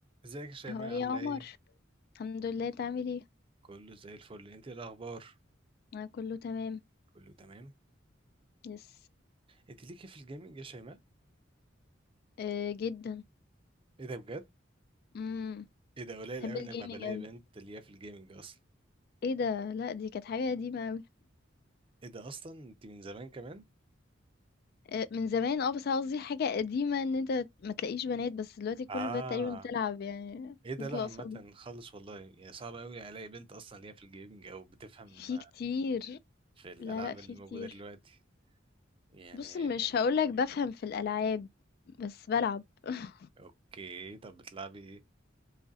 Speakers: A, on the right; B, on the left.
A: ازيك يا شيماء
B: هو إيه
A: عاملة
B: يا عمر
A: ايه؟
B: الحمد لله انت عامل ايه
A: كله زي الفل انت ايه الاخبار؟
B: انا كله تمام
A: كله تمام
B: يس
A: انت ليكي في الجيمنج يا شيماء؟
B: آه جدا
A: ايه ده بجد؟
B: امم
A: ايه ده قليل
B: بحب
A: قوي
B: الجيمنج
A: لما بلاقي
B: اوي
A: بنت ليها في الجيمنج اصلا
B: ايه ده لا دي كانت حاجه قديمه اوي
A: ايه ده اصلا انت من زمان كمان؟
B: آه من زمان اه بس قصدي حاجه قديمه ان انت ما تلاقيش بنات بس دلوقتي كل
A: اه
B: البنات تقريبا بتلعب يعني
A: ايه ده
B: نطلع
A: لا عامة
B: صبح
A: خالص والله يعني صعب قوي الاقي بنت اصلا ليها في الجيمنج او بتفهم
B: في كتير
A: في الالعاب
B: لا لا في
A: اللي موجودة
B: كتير
A: دلوقتي يعني
B: بص مش هقولك بفهم في الالعاب بس بلعب <laughs>
A: اوكي طب بتلعبي ايه؟